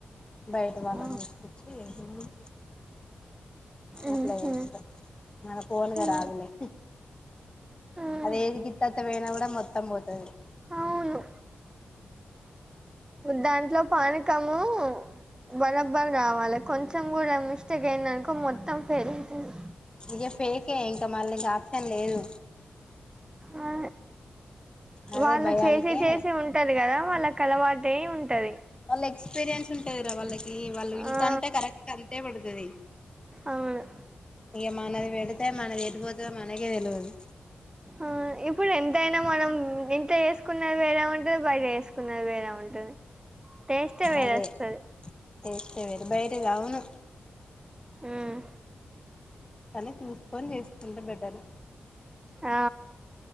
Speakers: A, on the left; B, on the right.
A: బయట వాళ్ళని
B: ఆ,
A: తీసుకొచ్చి ఏద
B: ఉహు
A: అట్లా ఇష్టం మన ఫోన్గా
B: ఉమ్
A: రాదులే
B: ఉమ్
A: అద ఏది కిత్తాత పోయిన కూడా మొత్తం పోతుంది
B: అవును దాంట్లో పానకము బరబర్ కావాలి కొంచెం మొత్తం కూడా మిస్టేక్ అయింది అనుకో మొత్తం ఫెల్ అవుతుంది
A: ఇగా ఫేకే ఇంకా మళ్లి కా ఇంకా లేదు
B: ఆ
A: అదే
B: వాళ్ళు
A: భయానికే
B: చేసే చేసి ఉంటది కదా వాళ్ళకు అలవాటే ఉంటది
A: వాళ్ళు ఎక్స్పీరియన్స్ ఉంటదిరా వాళ్ళకి వాళ్ళు ఇంతంటే
B: ఆ
A: కరెక్ట్ అంతే పడుతుది
B: అవును
A: ఇక మనది పెడితే మనది పోతే మనకే తెలేవదు
B: ఆ ఇప్పుడు ఎంతైనా మనం ఇంట్లో వేసుకున్నది వేరే ఉంటది బయట వేసుకున్నది వేరే ఉంటది టేస్టే వేరే
A: అదే
B: వస్తది
A: చేస్తే మీరు బయట ఆవును
B: ఉమ్
A: కానీ చూసుకొని చేసుకుంటే బెటర్
B: ఆ